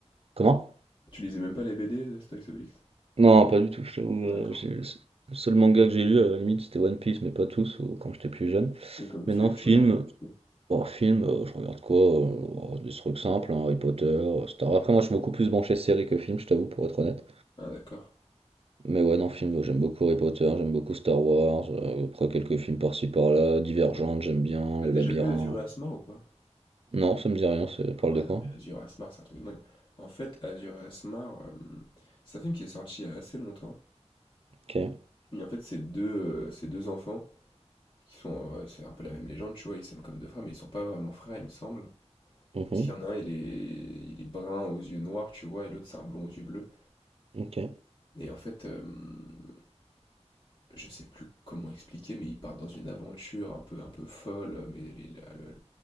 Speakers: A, on the right (about 55°); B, on the left (about 45°).
A: comment?
B: tu lisais même pas les BD d'Astérix Obélix?
A: Non, pas du tout, je t'avoue,
B: Ah,
A: heu,
B: D'accord.
A: j'ai le seul manga que j'ai lu, à la limite, c'était One Piece, mais pas tous, ou quand j'étais plus jeune.
B: Et comme
A: Mais
B: film,
A: non, film,
B: tu regardes quoi du coup?
A: oh film, heu, je regarde quoi? Heu, oh, des trucs simples, hein, Harry Potter, heu, Star après moi je suis beaucoup plus branché série que film, je t'avoue, pour être honnête.
B: Ah d'accord.
A: Mais ouais, non, film, euh, j'aime beaucoup Harry Potter, j'aime beaucoup Star Wars, heu, après quelques films par-ci par-là, Divergente, j'aime bien,
B: T'as
A: Le
B: déjà
A: Labyrinthe.
B: vu Azur et Asmar ou pas?
A: Non, ça me dit rien, ça
B: Ah
A: parle
B: ouais,
A: de quoi?
B: non mais Azur et Asmar, c'est un truc de dingue. En fait, Azur et Asmar, euh, c'est un film qui est sorti il y a assez longtemps.
A: OK.
B: Et en fait, ces deux, heu, ces 2 enfants qui sont, heu, c'est un peu la même légende, tu vois? Ils s'aiment comme 2 frères, mais ils sont pas vraiment frères, il me semble.
A: Mmh
B: Parce qu'il y en a un, il est il est brun aux yeux noirs, tu vois? Et l'autre, c'est un blond aux yeux bleus.
A: OK.
B: Et en fait, hem, je sais plus comment expliquer, mais ils partent dans une aventure un peu un peu folle, mais les la le le